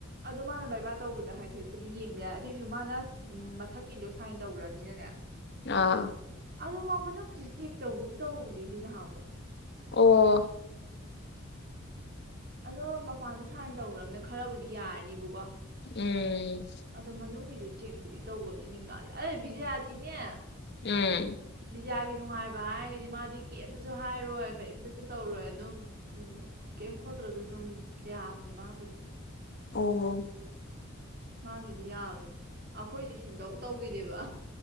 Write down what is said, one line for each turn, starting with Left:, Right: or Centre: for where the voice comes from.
Right: ꯑꯗꯣ ꯃꯥꯅ ꯕꯥꯏꯕꯥꯔ ꯇꯧꯕꯗ ꯍꯥꯏꯐꯦꯠꯄꯨꯗꯤ ꯌꯦꯡꯕ ꯌꯥꯏ ꯑꯗꯨꯑꯣꯏꯁꯨ ꯃꯥꯅ ꯃꯊꯛꯀꯤꯗꯣ ꯁꯥꯏꯟ ꯇꯧꯈ꯭ꯔꯅꯤꯅꯅꯦ
Left: ꯑꯥ
Right: ꯑꯗꯣ ꯃꯥ ꯃꯅꯨꯡꯒꯤꯁꯨ ꯆꯦꯛ ꯇꯧꯒꯨꯝ ꯇꯧꯕꯧꯕꯅꯤꯅꯦ ꯅꯍꯥꯟ ꯑꯃꯨꯛ
Left: ꯑꯣ
Right: ꯑꯗꯣ ꯃꯄꯥꯟꯗ ꯁꯥꯏꯟ ꯇꯧꯈ꯭ꯔꯕꯅ ꯈꯔꯕꯨꯗꯤ ꯌꯥꯔꯅꯤꯕꯀꯣ
Left: ꯎꯝ
Right: ꯑꯗꯣ ꯃꯅꯨꯡꯒꯤꯁꯨ ꯆꯦꯛꯄꯨꯗꯤ ꯇꯧꯒꯅꯤ ꯅꯤꯝꯂꯥꯗꯤ ꯑꯩ ꯕꯤꯖꯌꯥꯗꯤꯅꯦ
Left: ꯎꯝ
Right: ꯄꯤꯖꯥꯒꯤ ꯅꯨꯡꯉꯥꯏꯕ ꯍꯥꯏꯔꯒꯗꯤ ꯃꯥꯗꯤ ꯀꯔꯤꯝꯇꯁꯨ ꯍꯥꯏꯔꯣꯏ ꯀꯔꯤꯝꯇꯁꯨ ꯇꯧꯔꯣꯏ ꯑꯗꯨꯝꯝ ꯀꯔꯤꯝ ꯈꯣꯠꯇ꯭ꯔꯁꯨ ꯑꯗꯨꯝ ꯌꯥꯕꯅꯦ ꯃꯥꯕꯨꯗꯤ
Left: ꯑ
Right: ꯃꯥꯒꯤꯗꯤ ꯌꯥꯕꯅꯤ ꯑꯩꯈꯣꯏꯁꯨ ꯁꯨꯡꯇꯧ ꯇꯧꯈꯤꯗꯦꯕ